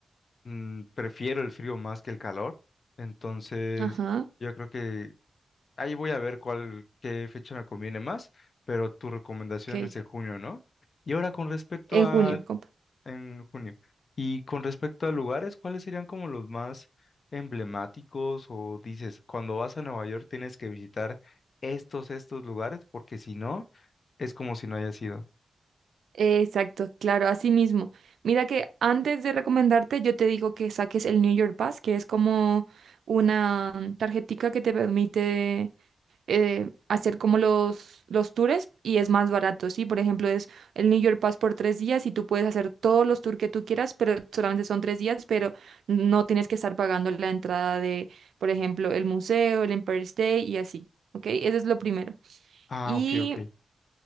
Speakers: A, on the left (about 45°); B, on the right (about 85°).
A: mm, prefiero el frío más que el calor, entonces
B: Ajá,
A: yo creo que ahí voy a ver cuál, qué fecha me conviene más, pero tu recomendación
B: ok.
A: es en junio, ¿no? Y ahora con respecto
B: En
A: a,
B: junio, compa.
A: en junio, y con respecto a lugares, ¿cuáles serían como los más emblemáticos o dices, cuando vas a Nueva York tienes que visitar estos, estos lugares, porque si no, es como si no hayas ido.
B: Exacto, claro, así mismo. Mira que antes de recomendarte, yo te digo que saques el New York Pass, que es como una mm, tarjetica que te permite eh, hacer como los, los tours y es más barato, ¿sí? Por ejemplo, es el New York Pass por tres días y tú puedes hacer todos los tours que tú quieras, pero solamente son tres días, pero no tienes que estar pagando la entrada de, por ejemplo, el museo, el Empire State y así, ¿ok? Eso es lo primero.
A: Ah,
B: y
A: ok, ok.